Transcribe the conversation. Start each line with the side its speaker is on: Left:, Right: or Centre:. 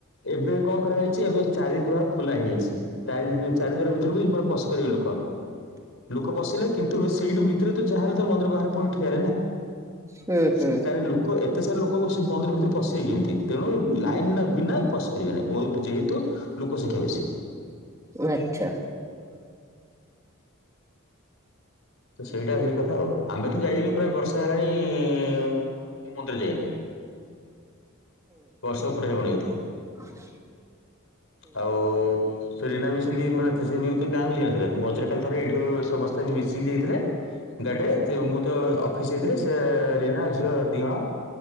Left: ଏବେ କଣ କରାହେଇଛି ଏବେ ଚାରି ଦୁଆାର ଖୋଲା ହେଇ ଯାଇଛି। ଚାରି ଚାରି ଦ୍ଵାର ଭିତର କୁ ବି ମାନେ ପଶି ପାରିବେ ଲୋକ। ଲୋକ ପଶିଲେ କିନ୍ତୁ ସେଇଠୁ ଭିତରେ ତ ଯାହା ହେଲେ ତ ମନ୍ଦିର ବାହାରେ ପୁଣି ଠିଆ ହେଲେ ନା।
Right: ହୁଁ
Left: ସେ
Right: ହୁଁ
Left: କାଇଁ ଲୋକ ଏତେ ଏତେ ସାରା ଲୋକକୁ ସେ ମନ୍ଦିର ଭିତରେ ପଶିବେ କେମିତି ତେଣୁ ଲାଇନ ବିନା ପଶି ପାରିବେନି ବହୁତ ଯେହେତୁ। ଲୋକ ସଂଖ୍ୟା ବେଶୀ।
Right: ଆଚ୍ଛା।
Left: ତ ସେଇଟା ହେଇ କଥା ଆଉ ଆମେ ତ ଯାଇଲୁ ପ୍ରାୟ ବର୍ଷେ ହେଲାଣି ମୁଁ ମନ୍ଦିର ଯାଇନି। ବର୍ଷେ ଉପରେ ହେବନି ବୋଧେ।
Right: ହ <inaudible>
Left: ଆଉ ସୁ ରିନା ବି ସେମିତି ମାନେ ସେ ବି ଗାଁ ଯାଇ ନଥିଲେ ମଝିରେ ଖାଲି ଥରେ ଏଇଠୁ ସମସ୍ତେ। ସବୁ ମିଶିକି ଯାଇଥିଲେ ‌। ଗାଡିରେ ମୁଁ ତ ଅଫିସ ଯାଇଥିଲି ସେ ରିନା ଝିଅ ଦି ଜଣ।